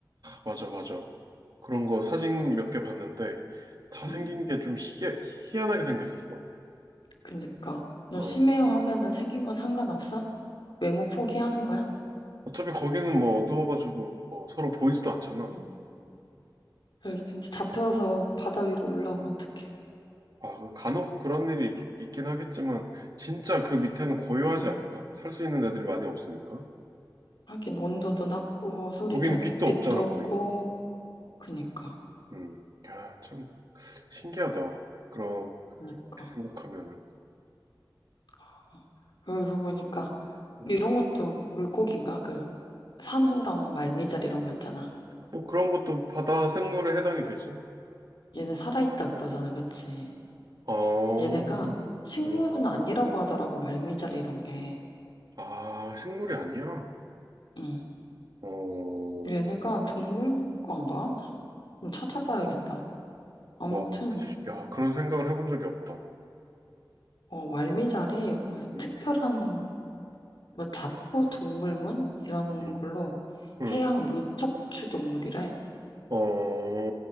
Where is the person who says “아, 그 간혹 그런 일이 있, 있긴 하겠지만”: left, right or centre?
Right